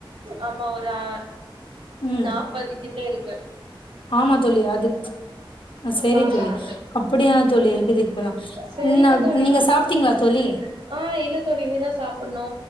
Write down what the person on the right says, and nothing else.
ஆமா ஒரு ஆ
நாப்பது கிட்ட இருக்கு
பாக்கலா
செரிங்க
தோழி
ஆ இல்ல தோழி இனிதா சாப்டணு